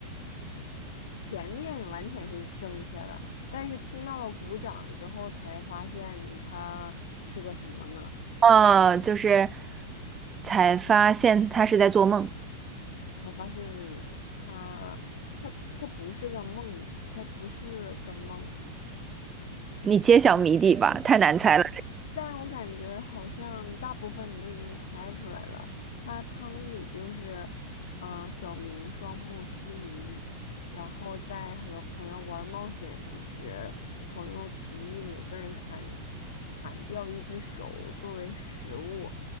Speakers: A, on the left (about 75°); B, on the right (about 20°).
A: 前面完全是正确的，但是听到了鼓掌之后，才发现它是个什么呢？
B: 哦，就是才发现他是在做梦。
A: 才发现它，它，它不是个梦，它不是个梦，
B: 你揭晓谜底吧，太难猜了。
A: 但我感觉好像大部分你都已经猜出来了，他汤底就是，呃，小明双目失明，然后在和朋友玩冒险时，朋友提议每个人砍出砍掉一只手作为食物，